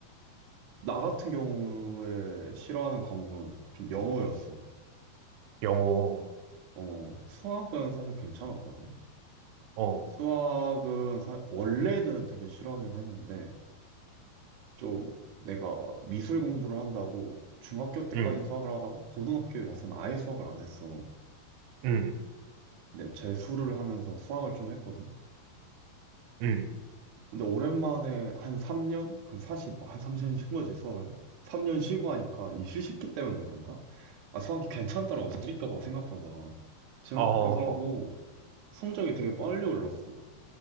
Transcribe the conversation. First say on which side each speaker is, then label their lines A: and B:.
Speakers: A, on the right; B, on the right.
A: 나 같은 경우에 싫어하는 과목은 좀 영어였어.
B: 영어,
A: 어, 수학은 사실 괜찮았거든.
B: 어,
A: 수학은 사- 원래는 되게 싫어하긴 했는데, 좀 내가 미술 공부를 한다고 중학교 때까지
B: 응
A: 수학을 하다가 고등학교에 와서는 아예 수학을 안 했어.
B: 응
A: 근데 재수를 하면서 수학을 좀 했거든.
B: 응
A: 근데 오랜만에 한 3년? 그럼 사실 뭐 한 3년 쉰 거지, 수학을? 3년 쉬고 하니까 이 휴식기 때문에 그런가? 아, 수학이 괜찮더라고, 재밌더라고, 생각보다. 재밌기도
B: 어,
A: 하고, 성적이 되게 빨리 올랐어.